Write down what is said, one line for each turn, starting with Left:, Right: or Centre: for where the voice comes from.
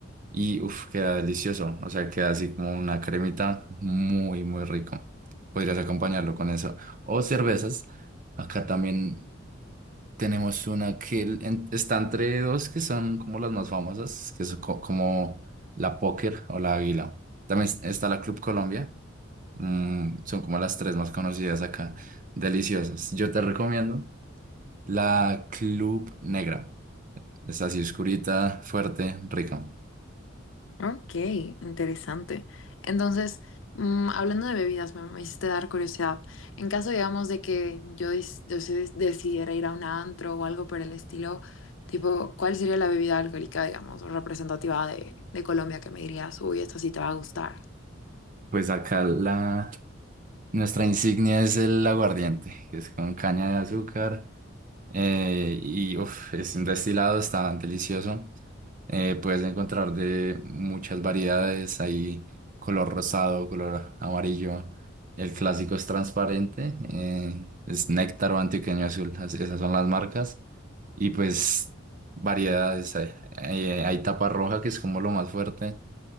Right: y uff, queda delicioso, o sea, queda así como una cremita muy, muy rico. Podrías acompañarlo con eso. O cervezas, acá también tenemos una que el- en- está entre dos que son como las más famosas, que es co- como la Póker o la Águila. También es- está la Club Colombia Mm, son como las tres más conocidas acá. Deliciosas. Yo te recomiendo la Club Negra. Es así oscurita, fuerte, rica.
Left: Ok, interesante. Entonces, mm, hablando de bebidas, me, me hiciste dar curiosidad. En caso, digamos, de que yo, dis- yo sí des- decidiera ir a un antro o algo por el estilo, tipo, ¿cuál sería la bebida alcohólica, digamos, representativa de, de Colombia que me dirías, uy, esta sí te va a gustar?
Right: Pues acá la, Nuestra insignia es el aguardiente, que es con caña de azúcar. eh, y uf, es un destilado, está delicioso. Eh, puedes encontrar de muchas variedades, hay color rosado, color amarillo. El clásico es transparente, eh, es néctar o antioqueño azul, as- esas son las marcas. Y pues variedades, hay, hay, hay tapa roja que es como lo más fuerte,